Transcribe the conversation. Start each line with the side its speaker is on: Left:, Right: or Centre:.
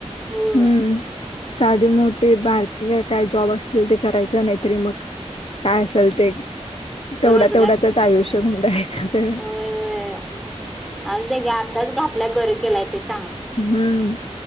Centre: होय
Left: हम्म साधे मोठे बारके काय जॉब असतील ते करायचं नाहीतरी मग काय असेल ते तेवढ्या
Centre: रोजगार
Left: तेवढ्यातच
Centre: करतासाठी
Left: आयुष्य गुंडाळायच सगळं
Centre: होय होय ते आताच घातलाय बरं केलाय त्याच
Left: हम्म